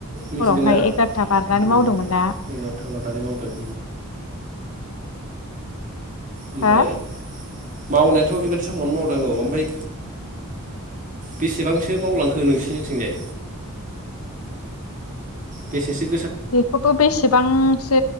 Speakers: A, on the right; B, on the left.
A: मिथिदोंना
B: हरावहाय एगार'था बारनानै
A: एगार'था
B: मावदोंमोन ना
A: बारनानै मावदों ओमफाय
B: हा
A: मावनायाथ बेबायदि समावनो मावदों औ ओमफाय बेसेबांसो मावलांखो नोंसिनिथिंजाय बेसेसे
B: बेखौथ' बेसेबांसो